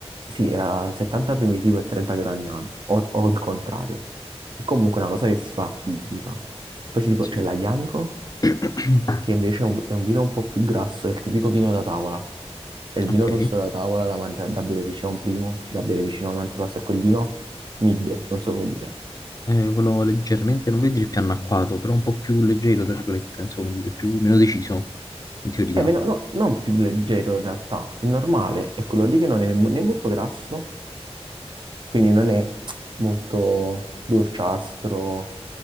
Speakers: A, on the right (about 45°); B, on the left (about 35°).
A: sì, era 70 primitivo e 30 gragnano, o, o il contrario, che comunque è una cosa che si fa tipica. Poi c'è tipo-
B: Sì.
A: c'è l'aglianico,
B: <coughs>
A: che
B: <clears throat>
A: invece è un, è un vino un po' più grasso, è il tipico vino da tavola. È il
B: Ok.
A: vino rosso da tavola da mangiare, da bere vicino a un primo, da bere vicino a un antipasto, è quel vino mid, non so come dire.
B: Eh, quello leggermente, non voglio dire più anacquato, però un po' più leggero, tra virgolette, insomma, come dire, più, meno deciso, in teoria.
A: È meno, no, non più leggero in realtà, è normale, è quello lì che non è né né molto grasso, quindi non è molto dolciastro,